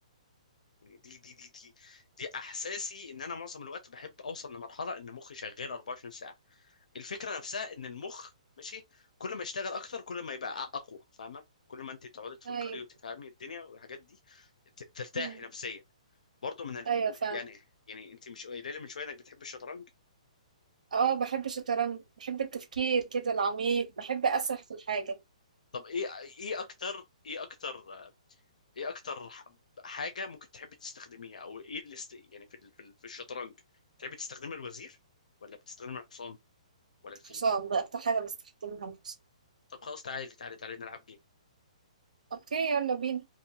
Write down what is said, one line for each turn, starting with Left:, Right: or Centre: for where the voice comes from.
Left: يعني دي دي دي دي دي احساسي ان انا معظم الوقت بحب اوصل لمرحله ان مخي شغال 24 ساعه الفكره نفسها ان المخ ماشي كل ما يشتغل اكتر كل ما يبقى اقوى فاهمه كل ما انت تقعدي تفكري
Right: ايوه
Left: وتفهمي الدنيا والحاجات دي ت- ترتاحي
Right: مم.
Left: نفسيا برضه من ال...
Right: ايوه فعلا
Left: يعني يعني انت مش قايله لي من شويه انك بتحب الشطرنج
Right: اه بحب الشطرنج بحب التفكير كده العميق بحب اسرح في الحاجه
Left: طب ايه ايه اكتر ايه اكتر ايه اكتر ح- حاجه ممكن تحبي تستخدميها او ايه اللي است... يعني في ال... في ال- في الشطرنج بتحبي تستخدمي الوزير ولا بتستخدمي الحصان ولا الفيل
Right: الحصان ده اكتر حاجه بستخدمها الحصان
Left: طب خلاص تعالي تعالي تعالي نلعب جيم
Right: اوكي يلا بينا